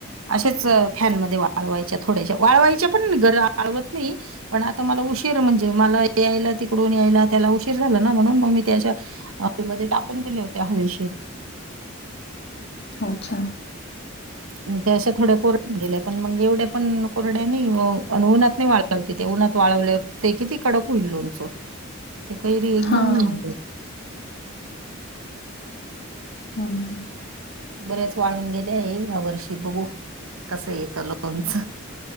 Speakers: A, on the right; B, on the left.
A: अशेच फॅनमध्ये वाळवायच्या थोड्याशा वाळवायच्या पण घरी वाळवत नाही पण आता मला उ उशीर म्हणजे मला यायला तिकडूनून यायला त्याला उशीर झाला ना म्हणून मग मी त्या अशा हवेत मध्ये टक. टाकून दिले होते्या हवेशीर
B: अच्छा.
A: ग त्या अशा थोड्या कोरड गेल्या पण मग एवढ्या पण कोरड्या नाही अन ऊनात नाही वाळवती त्या ऊनात वाळवले ते किती कडक होईल लोणचं. ते कैरी एकदम
B: हां,
A: ला <inaudible>
B: हम् हं.
A: बऱ्याच वाळून गेले आहे येईल वर्षी बघू कसं येत लोणच